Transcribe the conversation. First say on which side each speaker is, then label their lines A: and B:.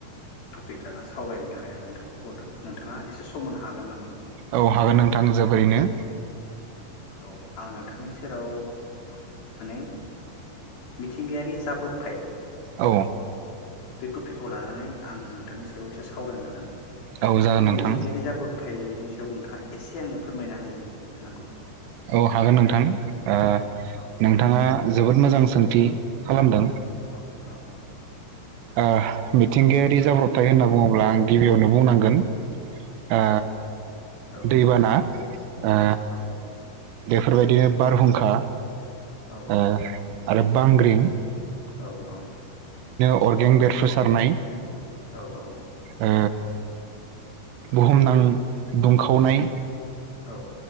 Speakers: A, on the left; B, on the right.
A: टपिक लाना सावरायनो थाखाय आं नोंथांखौ हरदों नोंथाङा एसे समनो हागोन नामा?
B: औ हागोन नोंथां जोबोरैनो।
A: औ आं नोंथांनि सेराव माने मिथिंगायारि जाब्रबथाय
B: औ
A: बे टपिकखौ लानानै आं नोंथांनि सायाव एसे सावरायनो लादों।
B: औ जागोन
A: बे
B: नोंथां
A: मिथिंगायारि जाब्रबथायनि सायाव नोंथाङा एसे आंनो फोरमायना हो होनांगौ?
B: औ हागोन नोंथां। ओ
A: औ
B: नोंथांङा जोबोद मोजां सोंथि खालामदों।
A: औ औ औ।
B: ओ मिथिंगायारि जाब्रबथाय होनना बुङोब्ला आं गिबियावनो बुंनांगोन आ
A: औ
B: दैबाना ओ
A: औ
B: बेफोरबायदिनो बारहुंखा
A: औ
B: ओ
A: औ।
B: आरो बांग्रिं।
A: औ औ।
B: अर्गें बेरफुसारनाय
A: औ औ।
B: ओ बुहुमनां दुंखावनाय
A: औ।